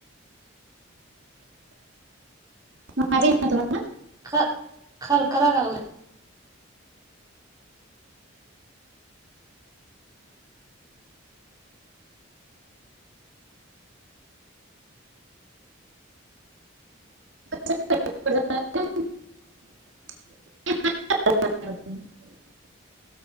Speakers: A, on the right (about 65°); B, on the right (about 15°).
A: म माझ येईना तुम्हाला
B: ख खरखराय लागलय.
A: <inaudible>